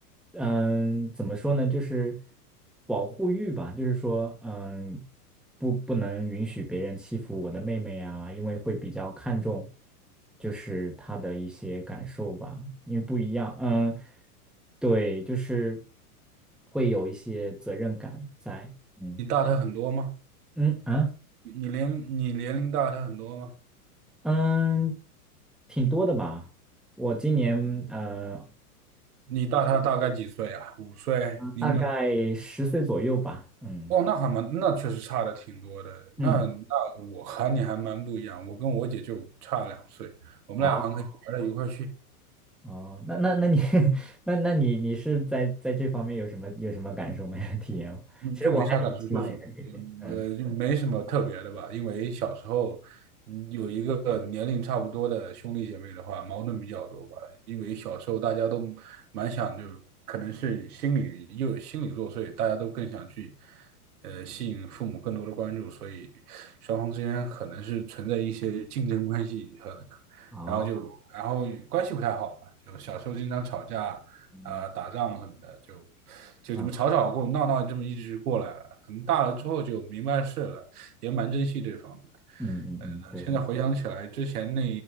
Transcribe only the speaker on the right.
你大他很多吗？
你年你年龄大他很多吗？
你大他大概几岁啊？五岁？你们
哦，那还蛮，那确实差的挺多的。那那我和你还蛮不一样，
我跟我姐就差两岁，我们俩还可以玩到一块儿去。
嗯，
就没啥感触，就是也呃，
就没什么特别的吧。因为小时候，嗯，有一个年龄差不多的兄弟姐妹的话，矛盾比较多吧。因为小时候大家都蛮想，就可能是心理又有心理作祟，大家都更想去，呃，吸引父母更多的关注，所以双方之间可能是存在一些竞争关系和，
然后就然后关系不太好吧，就小时候经常吵架，
啊、打仗什么的，就就这么吵吵过闹闹，
这么一直过来了。可能大了之后就明白事了，也蛮珍惜对方的。
呃现在回想起来，
之前那